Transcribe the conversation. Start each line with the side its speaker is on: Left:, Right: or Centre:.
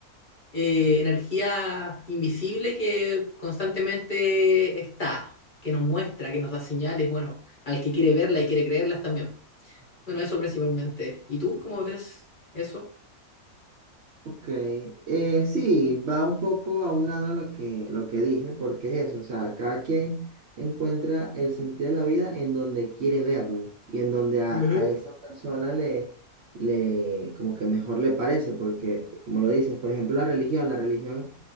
Left: eh, energía invisible que constantemente está, que nos muestra, que nos da señales, bueno, al que quiere verla y quiere creerlas también. Bueno, eso principalmente. ¿Y tú cómo ves eso?
Right: Ok, eh, sí, va un poco aunado a lo que, lo que dije, porque es eso, o sea, cada quien encuentra el sentido de la vida en donde quiere verlo y en donde a,
Left: Ujú.
Right: a esa persona le, le, como que mejor le parece, porque como lo dices, por ejemplo, la religión, la religión